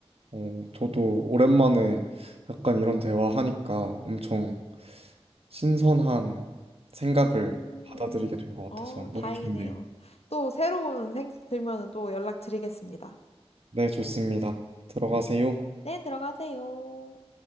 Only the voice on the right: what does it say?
어, 저도 오랜만에 약간 이런 대화하니까 엄청 신선한 생각을
받아들이게 된 것 같아서
너무
좋네요.
네, 좋습니다. 들어가세요.